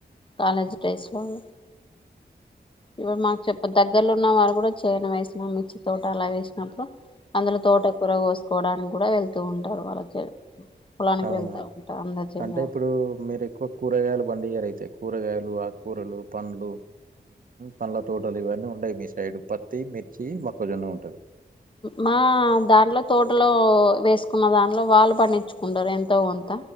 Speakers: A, on the left; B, on the right.
A: కాలేజ్ టడైస్ వాళు ఇప్పుడు మాకు చెప్ప దగ్గరలో ఉన్న వాారు కూడా చైనా వేసిన మిర్చి తోట అలా వేసినప్పుడు అందులో తోట కూూర కోసుకోవడానికి కూడా వెళ్తూ ఉంటారు వాళ్ళ పొలానికి
B: అవునా
A: వెళ్తా ఉంటారు అందరు చేను
B: అంటే ఇప్పుడు మీరు ఎక్కువ కూర కాయలు అయితే ఎక్కువ కూరగాయలు ఆకూరలు పండ్లు పండ్ల తోటలు ఇవన్నీ ఉండయి మీ సైడ్ పత్తి మిర్చి మొక్కజొన్న ఉంటది
A: మా దాంట్లో తోటలో వేసుకున్న దాంట్లో వాళ్ళు పండించుకుంటారు ఎంతో అంత